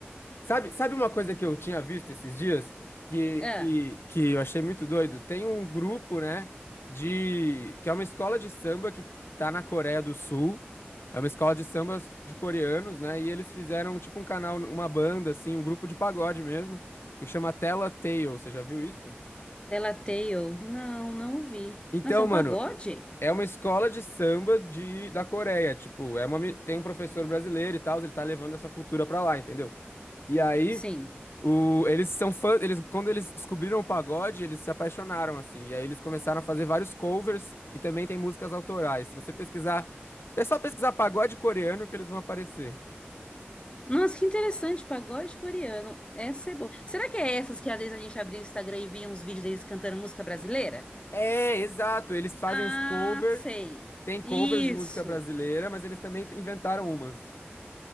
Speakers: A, on the left; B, on the left.
A: Sabe, sabe uma coisa que eu tinha visto esses dias que,
B: Ah,
A: que, que eu achei muito doido? Tem um grupo, né, de que é uma escola de samba que tá na Coreia do Sul. É uma escola de samba de coreanos, né? E eles fizeram tipo um canal, uma banda assim, um grupo de pagode mesmo, que chama Tela Tale. Você já viu isso?
B: Tela Tale. Não, não ouvi.
A: Então,
B: Nossa, é um
A: mano,
B: pagode?
A: é uma escola de samba de, da Coreia, tipo, é uma, mi- tem um professor brasileiro e tal, ele tá levando essa cultura pra lá, entendeu? E aí
B: Sim.
A: O, eles são fãs, eles, quando eles descobriram o pagode, eles se apaixonaram, assim, e aí eles começaram a fazer vários covers e também tem músicas autorais. Se você pesquisar, é só pesquisar pagode coreano que eles vão aparecer.
B: Nossa, que interessante, pagode coreano. Essa é boa. Será que é essas que às vezes a gente abria o Instagram e via uns vídeos deles cantando música brasileira?
A: É, exato, eles fazem
B: Ah,
A: os covers,
B: sei.
A: tem covers
B: Isso.
A: de música brasileira, mas eles também inventaram umas. <laughs>